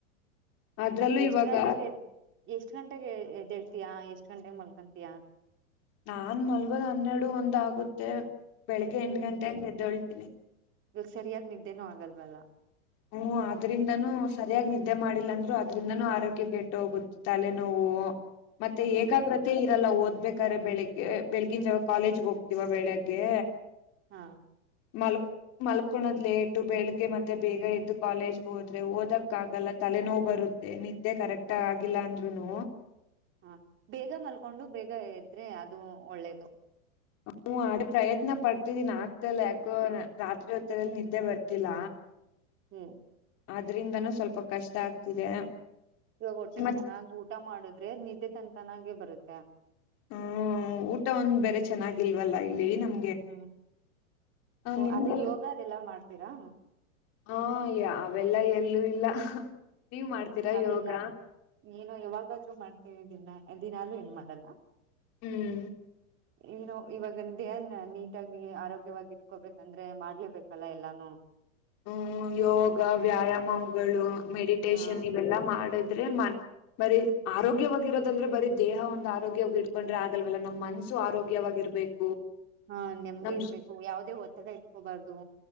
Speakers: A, on the left (about 35°); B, on the right (about 30°).
A: ಅದ್ರಲ್ಲೂ
B: ಎಷ್ಟ್
A: ಇವಾಗ
B: ಗಂಟೆಗೆ ಎಷ್ಟ್ ಗಂಟೆಗೆ ಎದೆಳ್ತಯಾ ಎಷ್ಟ್ ಗಂಟೆಗೆ ಮಲ್ಕೊತಯಾ
A: ನಾನ್ ಮಲ್ಗೋದ್ ಹನ್ನೆರಡು ಒಂದ್ ಆಗುತ್ತೆ ಬೆಳಿಗ್ಗೆ ಎಂಟ
B: ಹ್ಮ್
A: ಗಂಟೆ ಹಂ ಎದ್ದೋಳ್ತೀನಿ
B: ಇವಾಗ ಸರಿಯಾಗಿ ನಿದ್ದೇನ ಆಗಲ್ವಲ್ಲ
A: ಹ್ಮ ಅದ್ರಿಂದನೂ ಸರಿಯಾಗಿ ನಿದ್ದೆ ಮಾಡಿಲ್ಲ ಅಂದ್ರು ಅದ್ರಿಂದನೂ ಆರೋಗ್ಯ ಕೆಟ್ಟು ಹೋಗುತ್ತ ತಲೆೆ ನೋವು ಮತ್ತೆ
B: ಹಾ
A: ಏಕಾಗ್ರತೆ ್ರಲ್ಲ ಓದ್ಬೇಕಾರೆ ಬೆಳಿಗ್ಗೆ ಬೆಳಿಗಿನ ಜಾವ ಕಾಲೇಜ್ಗೆ ಹೋಗ್ತಿೀವ ಬೆಳಿಗ್ಗೆ
B: ಹಾ
A: ಮಲ್ ಮಲ್ಕೋಳೋದ್ ಲೇಟು ಬೆಳಿಗ್ಗೆ ಮತ್ತೆ ಬೇಗ ಇದ್ದು ಕಾಲೇಜ್ಗೆ ಹೋದ್ರೆ ಓದಕ್ಕ ಆಗಲ್ಲ ತಲೆ ನೋವು ಬರುತ್ತೆ ನಿದ್ದೆ ಕರೆಕ್ಟ್ ಆ ಆಗಿಲ್ಲ ಅಂದ್ರು ಹ್ಮ
B: ಹಾ ಬೇಗ ಮಲ್ಕೊಂಡು ಬೇಗ ಇದ್ರೆ ಅದು ಒಳ್ಳೇದು
A: ಹ ಮಾಡ ಪ್ರಯತ್ನ ಪಡ್ತಿದ್ದೀನ್ ಆಕ್ತಲ್ಲ ಯಾಕೋ ರಾತ್ರಿ ಹೊತ್ತರಲ್ಲಿ ನಿದ್ದೆ ಬರ್ತಿಲ್ಲ
B: ಹ್ಮ್
A: ಅದ್ರಿಂದನೂ ಸ್ವಲ್ಪ ಕಷ್ಟ ಆಗ್ತಿದೆ
B: ಇವಾಗ ಒಟ್ಟೆೆಗೆ
A: ಮತ್
B: ಚೆನ್ನಾಗಿ್ ಊಟ ಮಾಡುದ್ರೆ ನಿದ್ದೆ ತನ್ ತನಾಗೆ ಬರುತ್ತೆ
A: ಹ್ಮ ಊಟ ಒಂದ್ ಬೇರೆ ಚೆನ್ನಾಗಿಲ್ವಲ್ಲ ಇಲ್ಲಿ ನಮ
B: ಹ್ಮ್
A: ನಿಮ್ಗೆಲ್ಲ
B: ಅದು ಯೋಗ ಅದೆಲ್ಲಾ ಮಾಡ್ತೀರಾ
A: ಹಾ ಅವೆಲ್ಲ ಎಲ್ಲೂ ಇಲ್ಲ ನೀವ್ ಮಾಡ್ತೀರಾ
B: ಅದೆಲ್ಲ
A: ಯೋಗ
B: ಏನುೋ ಯಾವಾಗಾದ್ರೂ ಮಾಡ್ತವಿ ದಿಲ್ಲ ದಿನಾಲ್ ಏನು ಮಾಡಲ್ಲ
A: ಹ್ಮ್
B: ಏನು ಇವಾಗ ೇನ್ ನೀಟಾಗಿ ಆರೋಗ್ಯವಾಗಿ ಇತ್ಕೋಬೇಕಂದ್ರೆ ಮಾಡ್ಲೇಬೇಕಲ್ಲ ಎಲ್ಲಾನು
A: ಹ್ಮ್ ಯೋಗ ವ್ಯಾಯಾಮಗಳು ಮೆಡಿಟೇಶನ್
B: ಹ
A: ಇವೆಲ್ಲಾ ಮಾಡದು್ ಇದ್ರೆ ಮ ಬರೀ ಆರೋಗ್ಯವಾಗಿರೋದಂದ್ರೆ ಬರೀ ದೇಹ ಒಂದು ಆರೋಗ್ಯವಾಗಿ ಇಡ್ಕೊಂಡ್ರೆ ಆಗಲ್ವಲ್ಲ ನಮ್ ಮನ್ಸ್ಸು ಆರೋಗ್ಯವಾಗಿರ್ಬೇಕು
B: ಹಾ ನೆಮ್ದಿ
A: ನಮ್
B: ಇರ್ಬೇಕು ಯಾವದೇ ಒತ್ತಡ ಇಟ್ಕೋಬಾರ್ದು